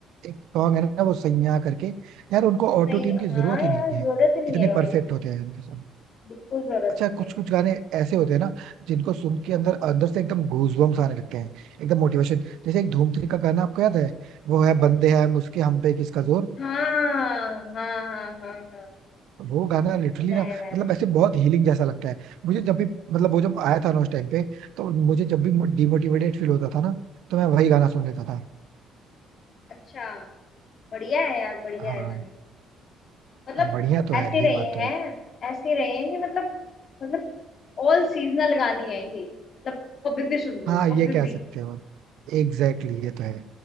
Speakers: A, on the right (about 80°); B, on the left (about 45°).
A: एक सॉन्ग है ना वो सैयां करके यार उनको ऑटो
B: सही
A: ट्यून
B: हाँ
A: की जरूरत
B: यार
A: ही नहीं
B: जरूरत
A: है
B: ही नहीं
A: इतने
B: है भाई
A: परफेक्ट होते हैं उनके सॉन्ग
B: बिल्कुल जरूरत
A: अच्छा
B: नहीं
A: कुछ
B: है
A: कुछ गाने ऐसे होते हैं ना जिनको सुन के अंदर अंदर से एकदम गूजबम्स आने लगते हैं एकदम मोटिवेशन जैसे एक धूम थ्री का गाना आपको याद है वो है
B: कौन
A: बंदे
B: सा?
A: हैं हम उसके हम पे किसका जोर
B: हाँ हाँ हाँ हाँ हाँ
A: वो गाना लिटरली
B: सुना
A: ना
B: है मैंने
A: मतलब ऐसे बहुत हीलिंग जैसा लगता है मुझे जब भी मतलब वो जब आया था ना उस टाइम पे तो मुझे जब भी डिमोटिवेटेड फील होता था ना तो मैं वही गाना सुन लेता था
B: अच्छा बढ़िया है यार बढ़िया
A: हाँ
B: है गाने मतलब
A: हाँ, बढ़िया तो है
B: ऐसे
A: यार
B: रहे
A: ये बात तो
B: हैं
A: है
B: ऐसे रहे हैं कि मतलब मतलब ऑल सीजनल गाने हैं ये मतलब कभी भी सुन लो
A: हाँ ये
B: कभी
A: कह
B: भी
A: सकते हो एग्जैक्टली exactly, ये तो है